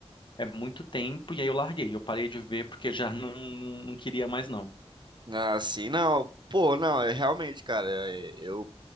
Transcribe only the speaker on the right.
Ah, sim, não. Pô, não, é realmente, cara, é- eu